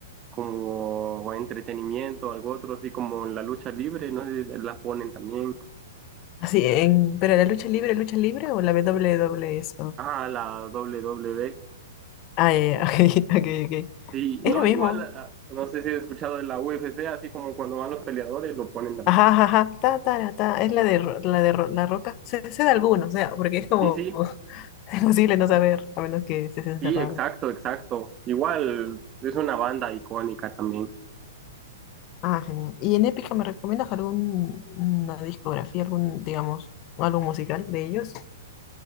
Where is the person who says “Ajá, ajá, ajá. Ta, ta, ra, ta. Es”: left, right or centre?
Left